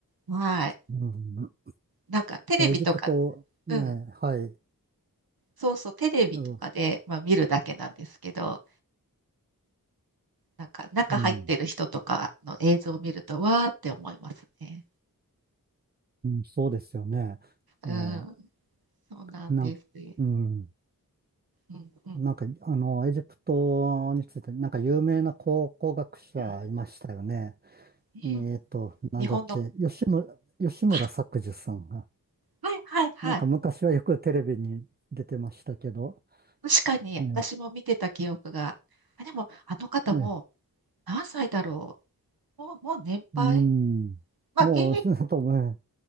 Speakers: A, on the right; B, on the right.
A: はい。
B: うん。
A: なんか、テレビとか、
B: そう、エジプト、ね、
A: うん、
B: はい。
A: そうそう、テレビとかで、
B: う
A: まあ、見るだけなんですけど、なんか中入ってる人とかの映像を見ると、
B: ん。
A: わーって思いますね。
B: うん、そうですよね。えー、
A: うん、そうなんですよ。
B: なん、うん。
A: うんうん
B: なんか、あの、エジプトについて、なんか有名な考古学者いましたよね。
A: うんうん
B: えっと、なんだっけ、
A: 日本の、
B: 吉村、吉村作治さんが。
A: あ、はいはいはい。
B: なんか昔はよくテレビに出てましたけど、
A: 確かに私も見てた記憶が。
B: え
A: あ、でもあの方も
B: えええ
A: 何歳だろう。もう、もう年配。
B: うん。
A: まあ現役
B: もう、<laughs> とも